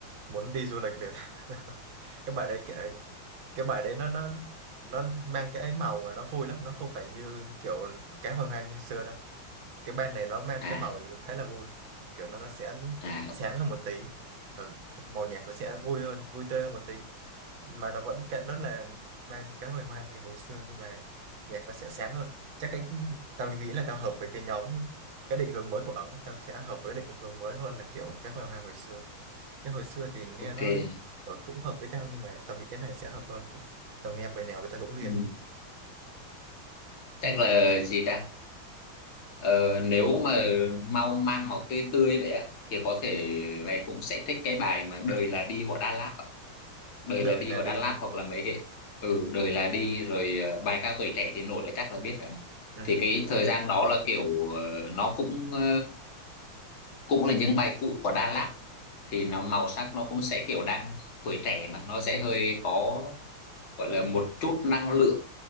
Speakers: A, on the right; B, on the left.
A: muốn đi du lịch liền <laughs> cái bài đấy cái, cái bài đấy nó nó nó mang cái ấy màu mà nó vui lắm nó không phải như kiểu cá hồi hoang như xưa đâu cái ban này nó mang
B: à
A: cái màu khá là vui kiểu nó nó sẽ
B: à
A: sáng hơn một tí ừ, màu nhạc nó sẽ vui hơn vui tươi hơn một tí mà nó vẫn cái- rất là mang cái hồi hoang kiểu hồi xưa nhưng mà nhạc nó sẽ sáng hơn chắc cái tao nghĩ là tao hợp với cái nhóm cái định hướng mới của ổng tao sẽ hợp với định hướng mới hơn là kiểu cái hồi hoang hồi xưa cái hồi xưa thì nghe
B: ok
A: nó ừ, cũng hợp với tao nhưng mà tao nghĩ cái này sẽ hợp hơn tao nghe bài nào người ta cũng ghiền
B: ừ.
A: hết
B: chắc
A: ừ.
B: là gì ta ờ, nếu mà mau mang màu tươi tươi vậy á thì có thể mày cũng sẽ thích cái bài mà đời là đi của Đà Lạt đời
A: đời
B: là đi
A: là
B: của
A: đi
B: Đà Lạt hoặc là mấy cái ừ đời là đi rồi ờ, bài ca tuổi trẻ thì nổi là chắc là biết rồi nè
A: ừ.
B: thì cái thời gian đó là kiểu ờ, nó cũng ờ, cũng là những bài cũ của Đà Lạt thì nó màu sắc nó cũng sẽ kiểu đang tuổi trẻ mà nó sẽ hơi có gọi là một chút năng lượng